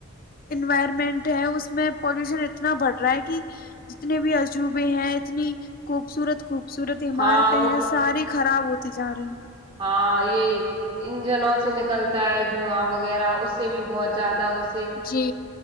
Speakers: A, on the left (about 45°); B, on the right (about 25°).
A: انوائرمنٹ ہے اس میں پولوشن اتنا بڑھ رہا ہے کہ جتنے بھی عجوبے ہیں اتنی خوبصورت خوبصورت عمارتیں
B: ہاں وہ
A: ہیں ساری خراب ہوتی ج جار
B: ہاں یہ انجنوں سے نکلتا ہے دھواں وغیرہ اس سے بھی بہت زیادہ اس
A: جی